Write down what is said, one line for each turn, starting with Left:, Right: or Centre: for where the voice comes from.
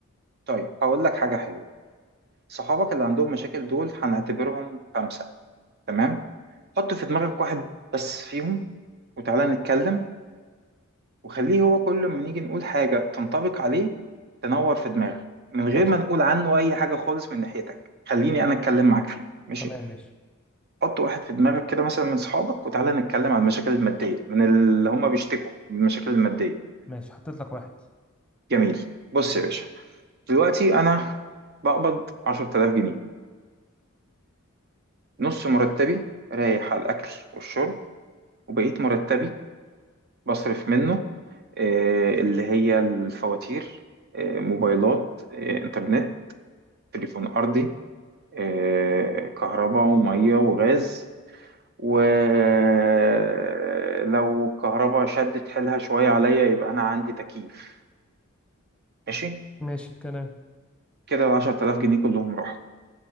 Right: طيب هقول لك حاجة حلوة صحابك اللي عندهم مشاكل دول هنعتبرهم خمسة تمام حط في دماغك واحد بس فيهم وتعالى نتكلم وخليه هو كل ما نيجي نقول حاجة تنطبق عليه تنور في دماغك من
Centre: ماشي
Right: غير ما نقول عنه أي حاجة خالص من ناحيتك خليني أنا أتكلم معاك فيه ماشي
Centre: تمام ماشي
Right: حط واحد في دماغك كده مثلا من صحابك وتعالى نتكلم عن المشاكل المادية من اللي هم بيشتكوا من المشاكل المادية
Centre: ماشي حطيت لك واحد
Right: جميل بص يا باشا دلوقتي أنا بقبض 10000 جنيه نص مرتبي رايح على الأكل والشرب وبقيت مرتبي بصرف منه آه، اللي هي الفواتير آه، موبايلات آه، إنترنت تليفون أرضي آه، كهرباء ومية وغاز ولو الكهرباء شدت حيلها شوية عليا يبقى أنا عندي تكييف ماشي
Centre: ماشي الكلام
Right: كده العشرة آلاف جنيه كلهم راحوا